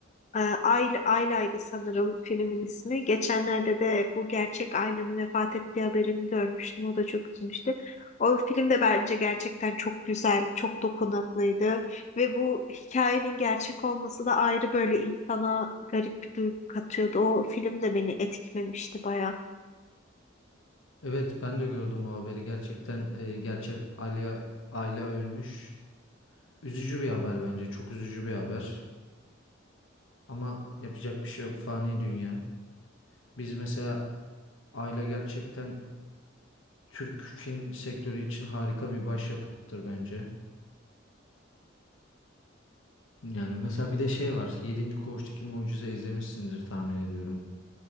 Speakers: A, on the left (about 35°); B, on the left (about 75°).
A: Ee, Ayla, Ayla'ydı sanırım filmin ismi. Geçenlerde de bu gerçek Ayla'nın vefat ettiği haberini görmüştüm. O da çok üzmüştü. O film de bence gerçekten çok güzel, çok dokunaklıydı. Ve bu hikayenin gerçek olması da ayrı böyle insana garip bir duygu katıyordu. O film de beni etkilemişti baya.
B: Evet ben de gördüm o haberi. Gerçekten e, gerçek Alia Ayla ölmüş. Üzücü bir haber bence. Çok üzücü bir haber. Ama yapacak bir şey yok. Fani dünya. Biz mesela Ayla gerçekten Türk film sektörü için harika bir başyapıttır bence. Yani mesela bir de şey var. yedinci Koğuştaki Mucize izlemişsindir tahmin ediyorum.